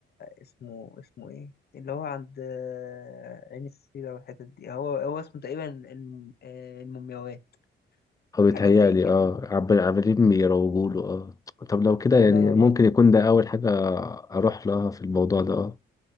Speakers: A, on the left (about 55°); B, on the left (about 20°).
A: اسمه اسمه إيه اللي هو عند آه، عين السيرة والحتت دي هو هو اسمه تقريبا الم- آه، المومياوات
B: هو بيتهيألي
A: حاجة زي كده
B: اه
A: يعني.
B: عمال- عمالين بيروجوا له اه طب لو كده
A: ده
B: يعني
A: اللي أنا
B: ممكن
A: رحت
B: يكون ده أول حاجة أروح لها في الموضوع ده اه